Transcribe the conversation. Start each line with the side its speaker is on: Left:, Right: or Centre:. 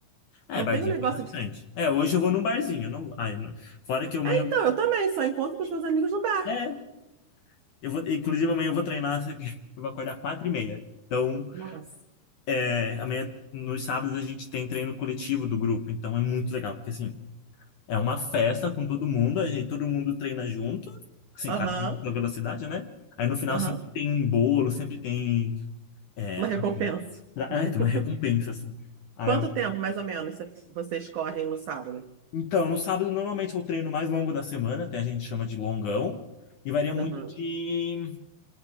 Left: É,
Right: Não
Left: barzinho
Right: tem o negócio
Left: tem bastante.
Right: de.
Left: É, hoje eu vou num barzinho. eu Não... Ai, não- Fora que amanhã.
Right: Então, eu também só encontro com os meus amigos no bar.
Left: eu- É, eu vou... inclusive amanhã eu vou treinar, só que <laughs> eu vou acordar quatro e meia. Então,
Right: Nossa.
Left: é, amanhã, nos sábados, a gente tem treino coletivo do grupo. Então é muito legal, porque assim, é uma festa com todo mundo, aí todo mundo treina junto, assim,
Right: Aham,
Left: cada um na velocidade, né? Aí no final
Right: aham.
Left: sempre tem um bolo, sempre tem. É,
Right: Uma
Left: pra-
Right: recompensa.
Left: é,
Right: <laughs>
Left: tem uma recompensa, assim. Aí
Right: Quanto tempo, mais ou menos, cê- vocês correm no sábado?
Left: Então, no sábado, normalmente é o treino mais longo da semana, até a gente chama de longão, e varia muito
Right: Aham.
Left: de,